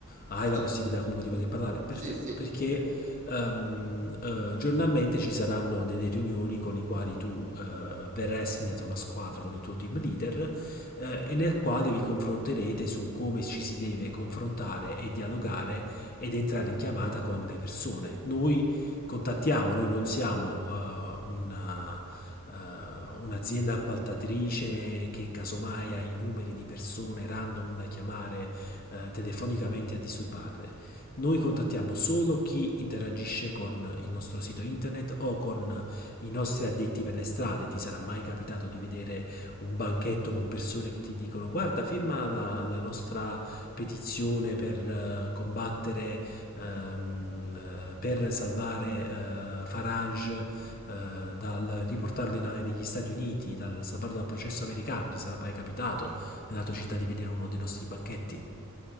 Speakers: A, on the left (about 40°); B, on the right (about 35°).
A: hai
B: Sì,
A: la possibilità comunque di poter parlare, perfetto,
B: sì, sì.
A: perché
B: eh.
A: ehm, eh, giornalmente ci saranno delle riunioni con i quali tu eh, verrai assegnato a una squadra con il tuo team leader eh, e nel quale vi confronterete su come ci si deve confrontare e dialogare ed entrare in chiamata con le persone. Noi contattiamo, noi non siamo uh, una, uh, un'azienda appaltatrice che casomai ha i numeri di persone random da chiamare uh, telefonicamente a disturbarle. Noi contattiamo solo chi interagisce con il nostro sito internet o con i nostri addetti per le strade. Ti sarà mai capitato di vedere un banchetto con persone che ti dicono guarda, firma la, la nostra petizione per eh, combattere, ehm, eh, per salvare eh, Farage, eh, dal riportarlo in- negli Stati Uniti, dal salvarlo dal processo americano. Ti sarà mai capitato nella tua città di vedere uno dei nostri banchetti?